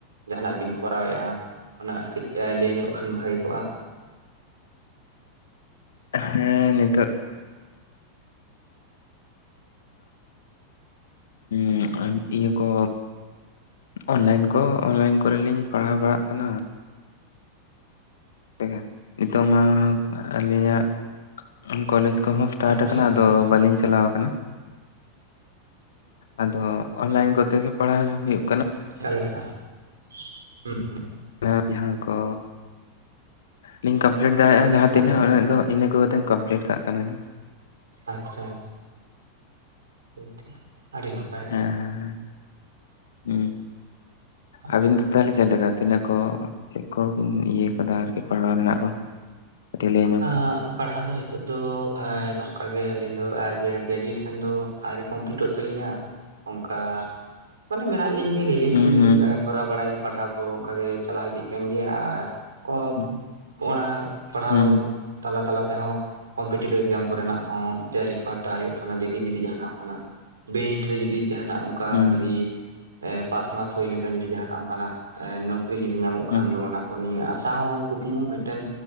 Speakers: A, on the right; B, on the left.
A: ᱡᱟᱦᱱᱟᱜ ᱵᱤᱱ ᱠᱚᱨᱟᱣᱮᱜ-ᱟ? ᱚᱱᱟ ᱠᱟᱹᱡ ᱮ ᱞᱟᱹᱭ ᱧᱚᱜ ᱠᱷᱟᱱ ᱵᱷᱟᱜᱮ ᱠᱚᱜ-ᱟ᱾
B: ᱦᱮᱸ ᱱᱤᱛᱳᱜ᱾ ᱩᱸ <unintelligible> ᱤᱭᱟᱹ ᱠᱚ ᱚᱱᱞᱟᱭᱤᱱ ᱠᱚ ᱚᱱᱞᱟᱭᱤᱱ ᱠᱚᱨᱮᱞᱤᱧ ᱯᱟᱲᱦᱟᱣ ᱵᱟᱲᱟᱜ ᱠᱟᱱᱟ᱾ ᱞᱮᱠᱟ ᱱᱤᱛᱚᱜ ᱢᱟ <unintelligible> ᱟᱞᱤᱧᱟᱜ ᱠᱚᱞᱮᱡᱪ ᱠᱚᱦᱚᱸ ᱮᱥᱴᱟᱴ
A: ᱟᱪᱪᱷᱟ
B: ᱟᱠᱟᱱᱟ
A: ᱟᱪᱪᱷᱟ
B: ᱟᱫᱚ
A: ᱟᱪᱪᱷᱟ
B: ᱵᱟᱞᱤᱧᱪ ᱪᱟᱞᱟᱣ ᱟᱠᱟᱱᱟ᱾ ᱟᱫᱚ ᱚᱱᱞᱟᱭᱤᱱ ᱠᱚᱛᱮ ᱜᱮ ᱯᱟᱲᱦᱟᱣ <unintelligible> ᱦᱩᱭᱩᱜ ᱠᱟᱱᱟ᱾
A: <unintelligible> ᱦᱩ ᱦᱩ᱾
B: <unintelligible> ᱡᱟᱸᱦᱟ ᱠᱚ᱾ ᱤᱧ ᱠᱚᱢᱯᱞᱤᱴ ᱫᱟᱲᱮᱭᱟᱜ-ᱟ ᱡᱟᱦᱟᱸ ᱛᱤᱱᱟᱹᱜ
A: ᱟᱪᱪᱷᱟ
B: ᱩᱱᱟᱹᱜ ᱜᱮ ᱤᱱᱟᱹᱜ ᱠᱚᱜᱮ ᱮᱤᱧ ᱠᱚᱢᱯᱞᱤᱴ ᱠᱟᱜ ᱠᱟᱱᱤᱞᱤᱧ᱾
A: ᱟᱪᱪᱷᱟ ᱟᱸᱪ <unintelligible> ᱟᱹᱰᱤ ᱱᱟᱯ <unintelligible>
B: ᱦᱮᱸ ᱦᱮᱸ ᱦᱩᱸ
A: ᱟᱹᱰᱤ
B: ᱟᱹᱵᱤᱱ
A: <unintelligible>
B: ᱫᱚ ᱛᱟᱦᱚᱞᱮ ᱪᱮᱫ ᱞᱮᱠᱟ ᱛᱤᱱᱟᱹᱜ ᱠᱚ ᱪᱮᱫ ᱠᱚ ᱤᱭᱟᱹ ᱠᱟᱫᱟ ᱟᱨᱠᱤ ᱯᱟᱲᱦᱟᱣ ᱨᱮᱱᱟᱜ ᱠᱚ᱾ ᱠᱟᱹᱴᱤᱡ ᱞᱟᱹᱭ ᱧᱚᱜ
A: ᱟᱸᱜ
B: ᱠᱷᱟᱱ
A: ᱯᱟᱲᱦᱟᱣ ᱫᱚ ᱦᱤᱛᱳᱜ ᱫᱚ ᱮ ᱱᱚᱝᱠᱟ ᱜᱮ ᱟᱹᱞᱤᱧ ᱫᱚ ᱟ ᱜᱮ ᱜᱮᱡᱩᱭᱮᱥᱮᱱ ᱫᱚ ᱟᱭᱨᱤ ᱠᱚᱢᱯᱞᱤᱴᱚᱜ ᱛᱟᱹᱞᱤᱧᱟ ᱚᱱᱠᱟ ᱢᱟᱱᱮ ᱢᱮᱱᱟᱜ ᱞᱤᱧ ᱜᱮ ᱜᱮᱡᱩᱭᱮᱥᱮᱱ
B: ᱦᱩᱸ
A: ᱜᱮᱞᱤᱧ
B: ᱦᱩᱸ
A: ᱮᱸ ᱠᱚᱨᱟᱣ ᱵᱟᱲᱟᱭ-ᱟ ᱯᱟᱲᱦᱟᱣ ᱠᱚ ᱚᱱᱠᱟ ᱜᱮ ᱪᱟᱞᱟᱣ ᱤᱫᱤᱜ ᱠᱟᱱ ᱜᱮᱭᱟ ᱟᱨ ᱠᱚ
B: ᱦᱩᱸ
A: <unintelligible> ᱯᱟᱲᱦᱟᱣ
B: ᱦᱩᱸ
A: ᱛᱟᱞᱟ ᱛᱟᱞᱟ ᱛᱮᱦᱚᱸ ᱠᱚᱢᱯᱮᱴᱤᱵ ᱮᱠᱡᱟᱢ ᱠᱚᱨᱮᱱᱟᱜ ᱦᱚᱸ ᱛᱮᱭᱟᱨᱤ ᱠᱚ ᱦᱟᱛᱟᱣ ᱦᱩᱭᱩᱜ ᱠᱟᱱᱟ ᱫᱮᱠᱷᱤ ᱡᱩᱫᱤ ᱡᱟᱦᱟᱱᱟᱜ ᱚᱱᱠᱟᱱᱟᱜ ᱵᱤᱱᱤᱴ ᱨᱮ ᱡᱩᱫᱤ ᱡᱟᱦᱟᱱᱟᱜ ᱚᱝ ᱠᱟ
B: ᱦᱩᱸ
A: ᱡᱩᱫᱤ
B: ᱦᱩᱸ
A: ᱮ ᱯᱟᱥ ᱢᱟᱥ ᱦᱳᱭ ᱞᱮᱱᱠᱷᱟᱱ ᱡᱩᱫᱤ ᱡᱟᱦᱟᱱᱟᱜ ᱚᱱᱠᱟᱱᱟᱜ ᱮ ᱱᱚᱠᱨᱤ ᱡᱩᱫᱤ ᱧᱟᱢᱚᱜ ᱠᱷᱟᱱ
B: ᱦᱩᱸ ᱦᱩᱸ
A: ᱫᱚ ᱚᱱᱟ ᱠᱚ ᱱᱤᱭᱟᱹ ᱟᱥᱟ ᱦᱚᱸ ᱠᱩᱠᱢᱩ ᱢᱮᱫᱴᱮᱱ